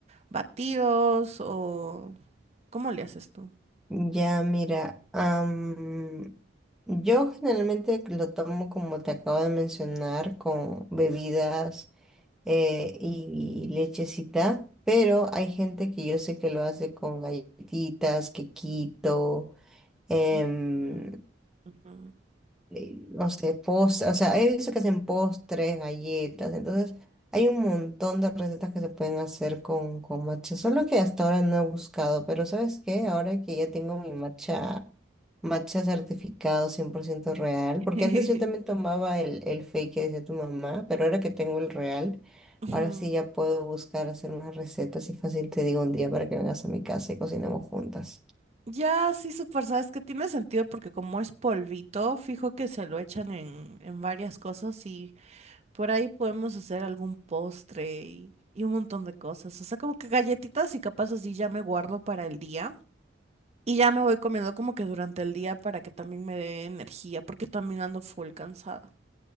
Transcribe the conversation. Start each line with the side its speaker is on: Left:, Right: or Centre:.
Right: batidos o ¿cómo le haces tú?
Centre: Ya, mira, am, yo generalmente lo tomo como te acabo de mencionar, con bebidas eh, y lechecita, pero hay gente que yo sé que lo hace con galletitas, quequito, em,
Right: Mm, mm, ujú.
Centre: eh, no sé, postres, o sea, he visto que hacen postres, galletas, entonces hay un montón de recetas que se pueden hacer con, con matcha, solo que hasta ahora no he buscado, pero ¿sabes qué? Ahora que ya tengo mi matcha, matcha certificado 100% real,
Right: <laughs>
Centre: porque antes yo también tomaba el, el fake que decía tu mamá, pero ahora que tengo el real,
Right: Ujú.
Centre: ahora sí ya puedo buscar hacer más recetas y fácil te digo un día para que vengas a mi casa y cocinemos juntas.
Right: Ya, sí, súper, sabes que tiene sentido porque como es polvito, fijo que se lo echan en, en varias cosas y por ahí podemos hacer algún postre y, y un montón de cosas. O sea, como que galletitas y capaz así ya me guardo para el día y ya me voy comiendo como que durante el día para que también me dé energía porque también ando full cansada.